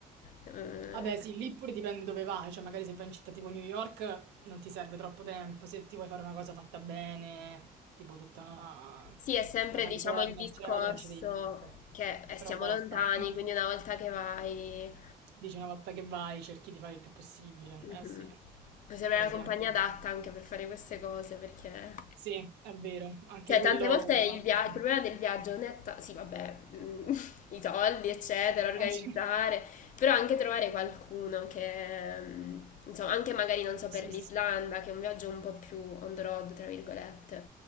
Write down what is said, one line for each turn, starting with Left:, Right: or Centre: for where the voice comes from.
Left: eh,
Right: Vabbè, sì, lì pure dipende dove vai, cioè magari se vai in città tipo New York non ti serve troppo tempo, se ti vuoi fare una cosa fatta bene, tipo tutta la,
Left: Sì, è sempre,
Right: la California,
Left: diciamo, il discorso
Right: eccetera, ci devi mettere.
Left: che eh,
Right: Però
Left: siamo
Right: costa.
Left: lontani,
Right: <laughs>
Left: quindi una volta che vai,
Right: Dici una volta che vai, cerchi di fare il più possibile.
Left: mhm,
Right: Eh sì.
Left: puoi avere
Right: Però
Left: la
Right: sì,
Left: compagnia
Right: anche lì.
Left: adatta anche per fare queste cose, perché
Right: Sì, è vero, anche
Left: Cioè,
Right: quello
Left: tante volte il,
Right: hai
Left: via-
Right: ragione.
Left: il problema del viaggio non è... ta- Sì, vabbè, mm, <laughs> i soldi, eccetera, organizzare,
Right: Eh, sì,
Left: però anche trovare qualcuno che... mm, Insomma, anche magari, non so,
Right: sì,
Left: per l'Islanda,
Right: sì.
Left: che è un viaggio un po' più on the road, tra virgolette,